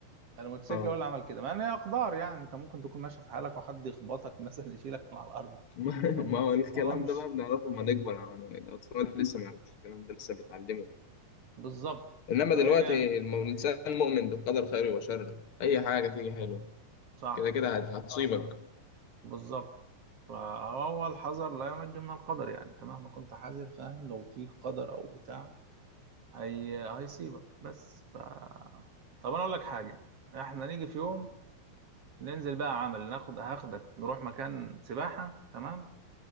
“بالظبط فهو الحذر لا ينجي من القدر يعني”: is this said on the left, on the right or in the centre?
Right